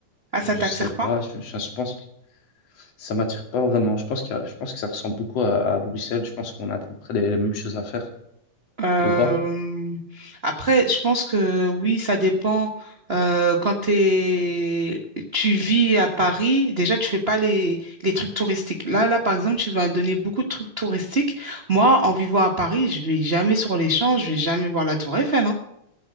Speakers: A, on the right; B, on the left.
A: Ah, ça
B: Je
A: t'attire
B: sais pas,
A: pas?
B: je, je- je pense que ça m'attire pas vraiment. Je pense qu'il y a- je pense que ça ressemble beaucoup à, à Bruxelles. Je pense qu'on a à peu près les, les mêmes choses à faire,
A: Euh,
B: ou pas?
A: après, je pense que oui, ça dépend. Euh, quand t'es, tu vis à Paris, déjà, tu fais pas les, les trucs touristiques. Là, là, par exemple, tu vas me donner beaucoup de trucs touristiques. Moi, en vivant à Paris, je vais jamais sur les Champs, je vais jamais voir la Tour Eiffel, hein.